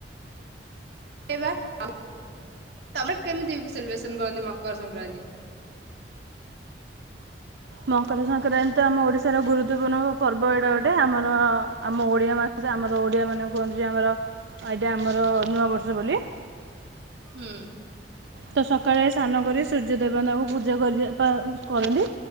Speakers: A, on the right; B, on the right.
A: <inaudible> ବା <inaudible> ତୋମେ କେମିତି ସେଲିବ୍ରେସନ କରନ୍ତି ମକର ସଂକ୍ରାନ୍ତ?
B: ମକର ସଂକ୍ରାନ୍ତି ତ ଆମ ଓଡ଼ିଶାର ଗୁରୁତ୍ୱପୂର୍ଣ୍ଣ ପର୍ବ ଏଇଟା ଗୋଟେ, ଆମର ଆମ ଓଡ଼ିଆ ମାସ ଆମର ଓଡ଼ିଆ ମାନେ କୁହନ୍ତି ଯେ ଆମର ଏଇଟା ଆମର ନୂଆବର୍ଷ ବୋଲି।
A: ହୁଁ।
B: ତ ସକାଳେ ସ୍ନାନ କରି ସୂର୍ଯ୍ୟ ଦେବତାଙ୍କୁ ପୂଜା କରି ପା-କରନ୍ତି,